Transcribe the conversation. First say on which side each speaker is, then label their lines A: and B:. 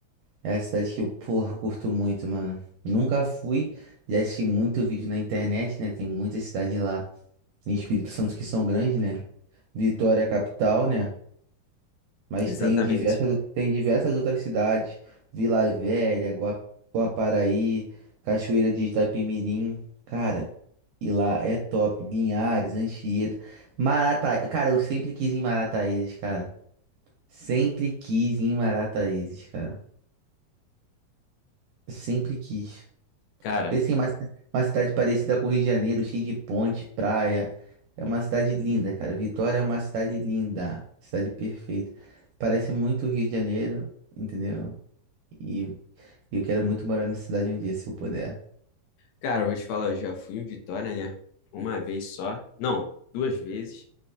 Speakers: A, on the right; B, on the left.
A: É a cidade que eu, pô curto muito, mano. Nunca fui, já assisti muito vídeo na internet, né? Tem muitas cidades lá em Espírito Santo que são grandes, né? Vitória é a capital, né? Mas
B: Exatamente.
A: tem diversas, tem diversas outras cidades, Vila Velha, Gua- Guaparaí, Cachoeira de Itapemirim. Cara, e lá é top. Linhares, Anchieta, Marataízes. Cara, eu sempre quis ir em Marataízes, cara. Sempre quis ir em Marataízes, cara. Sempre quis.
B: Cara,
A: E assim, é uma, ci- uma cidade parecida com o Rio de Janeiro, cheia de ponte, praia. É uma cidade linda, cara. Vitória é uma cidade linda, cidade perfeita. Parece muito o Rio de Janeiro, entendeu? E eu quero muito morar nessa cidade um dia, se eu puder.
B: cara, eu vou te falar, eu já fui em Vitória, né? Uma vez só. Não, duas vezes.